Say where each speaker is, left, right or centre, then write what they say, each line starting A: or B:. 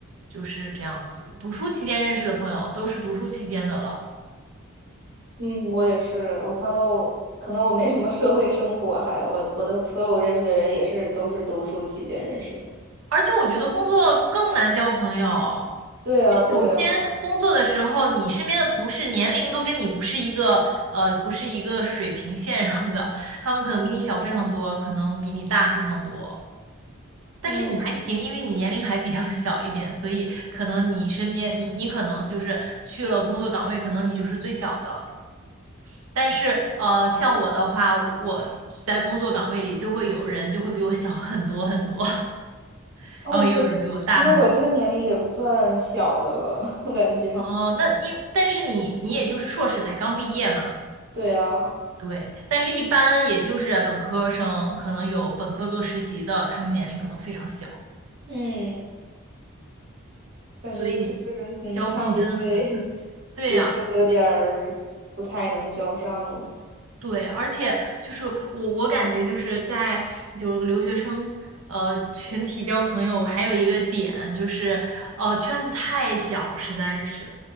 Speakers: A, on the right; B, on the right.
A: 就是这样子的，读书期间认识的朋友都是读书期间的了，
B: 嗯，我也是，我朋友可能我没什么社会生活，还我我的所有认识的人也是都是读书期间认识的。
A: 而且我觉得工作更难交朋友。
B: 对呀，对呀，
A: 首先，工作的时候，你身边的同事年龄都跟你不是一个呃，不是一个水平线上的，他们可能比你小非常多，可能比你大非常多。但是你还行，
B: 嗯。
A: 因为你年龄还比较小一点，所以可能你身边你你可能就是去了工作岗位，可能你就是最小的。但是呃，像我的话，我在工作岗位里就会有人就会比我小很多很多，<laughs>
B: 哦，
A: 然后也有人比我大很多。
B: 可是其实我这个年龄也不算小的了，<laughs> 我感觉。
A: 哦，那你但是你你也就是硕士才刚毕业嘛，
B: 对啊，
A: 对。但是一般也就是本科生，可能有本科做实习的，他们年龄可能非常小，
B: 嗯，感觉就是嗯，
A: 所以交朋友真的很。
B: 差几岁 <laughs>
A: 对呀、
B: 也确实有点儿不太能交上了。
A: 对，而且就是我，我感觉就是在就是留学生呃群体交朋友，还有一个点就是，呃，圈子太小，实在是。